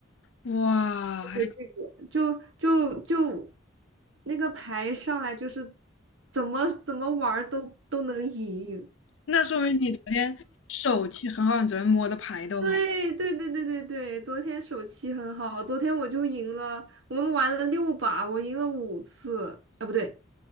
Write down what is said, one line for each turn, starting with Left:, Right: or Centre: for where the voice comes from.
Left: 哇，
Right: 对这个，
Left: 还
Right: 就就就那个牌上来就是怎么怎么玩儿都都能赢。
Left: 那说明你昨天手气很好，你昨天摸的牌都很好。
Right: 对对对对对对，昨天手气很好，昨天我就赢了，我们玩了六把，我赢了五次，啊不对，